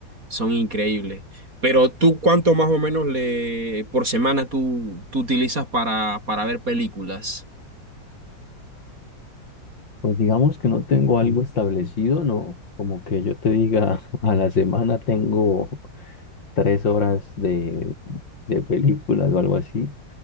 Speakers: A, on the right; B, on the left.
A: son increíbles. Pero tú, ¿cuánto más o menos le por semana tú, tú utilizas para, para ver películas?
B: Pues digamos que no tengo algo establecido, no, como que yo te diga, <laughs> a la semana tengo tres horas de, de películas o algo así.